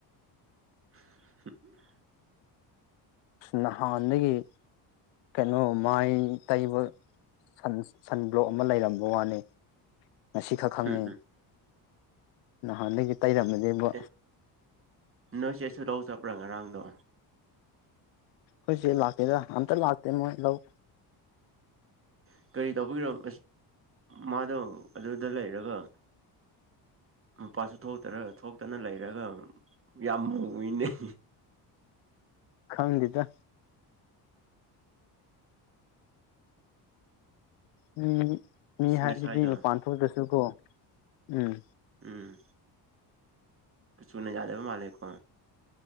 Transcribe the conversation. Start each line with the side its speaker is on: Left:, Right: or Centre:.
Right: <unintelligible>
Left: ꯅꯍꯥꯟꯗꯒꯤ ꯀꯩꯅꯣ ꯃꯥꯏ ꯇꯩꯕ ꯁꯟ ꯁꯟ ꯕ꯭ꯂꯣꯛ ꯑꯃ ꯂꯩꯔꯝꯕ ꯋꯥꯅꯤ ꯉꯁꯤꯈꯛ ꯈꯪꯉꯤ
Right: ꯎꯝ ꯎꯝ
Left: ꯅꯍꯥꯟꯗꯒꯤ ꯇꯩꯔꯝꯃꯗꯤꯦꯕꯨ
Right: ꯑꯦ ꯅꯣꯏ ꯆꯦ ꯁꯗꯧ ꯆꯠꯄ꯭ꯔꯥ ꯉꯔꯥꯡꯗꯣ
Left: ꯑꯩꯈꯣꯏꯁꯦ ꯂꯥꯛꯇꯦꯗ ꯑꯝꯇ ꯂꯥꯛꯇꯦ ꯃꯣꯏ ꯂꯧ
Right: ꯎ ꯀꯔꯤ ꯇꯧꯕꯤꯔ ꯑ ꯃꯥꯗꯣ ꯑꯗꯨꯗ ꯂꯩꯔꯒ ꯃꯄꯥꯁꯨ ꯊꯣꯛꯇꯔ ꯊꯣꯛꯇꯅ ꯂꯩꯔꯒ ꯌꯥꯝ ꯃꯨꯏꯅꯩ
Left: ꯈꯪꯗꯦꯗ ꯃꯤ ꯃꯤ
Right: ꯑꯁ
Left: ꯍꯥꯏꯗꯨꯗꯤ
Right: ꯉꯁꯥꯏꯗꯣ
Left: ꯃꯄꯥꯟ ꯊꯣꯛꯗ꯭ꯔꯁꯨꯀꯣ ꯎꯝ
Right: ꯎꯝ ꯀꯁꯨꯅꯦ ꯌꯥꯗꯦꯕ ꯃꯥꯂꯦꯀꯣ